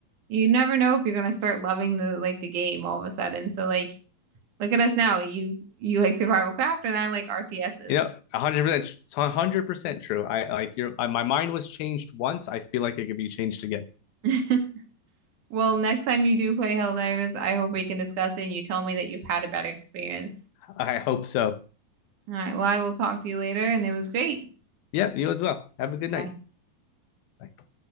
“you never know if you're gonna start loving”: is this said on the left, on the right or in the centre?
Right